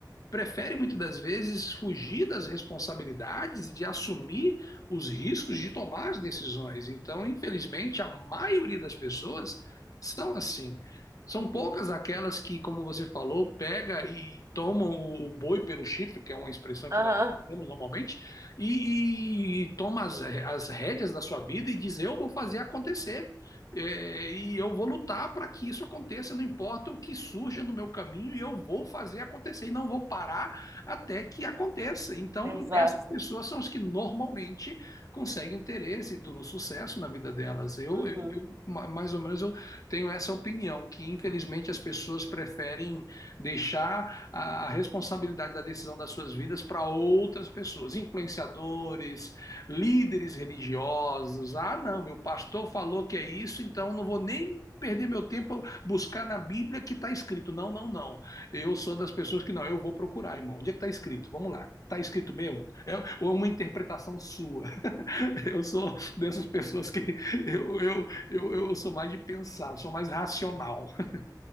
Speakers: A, on the left; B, on the right.
A: prefere muitas das vezes fugir das responsabilidades, de assumir os riscos de tomar as decisões. Então, infelizmente, a maioria das pessoas são assim. São poucas
B: sim.
A: aquelas que, como você falou, pega e tomam o boi pelo chifre, que é uma expressão
B: Aham,
A: que nós usamos normalmente, e, e toma as, as rédeas da sua vida e diz: Eu vou fazer acontecer. É, e eu vou lutar para que isso aconteça, não importa o que surja no meu caminho, e eu vou fazer acontecer e não vou parar até que aconteça. Então,
B: exato.
A: essas pessoas são as que normalmente conseguem ter êxito no sucesso na vida delas. Eu,
B: Uhum.
A: eu, eu ma- mais ou menos, eu tenho essa opinião, que infelizmente as pessoas preferem deixar a responsabilidade da decisão das suas vidas para outras pessoas, influenciadores líderes religiosos. Ah, não, meu pastor falou que é isso, então não vou nem perder meu tempo buscar na Bíblia que está escrito. Não, não, não. Eu sou das pessoas que não, eu vou procurar, irmão. Onde é que está escrito? Vamos lá. Está escrito mesmo? É, ou é uma interpretação sua? <laughs> Eu sou dessas pessoas que eu, eu, eu, eu sou mais de pensar, sou mais racional. <laughs>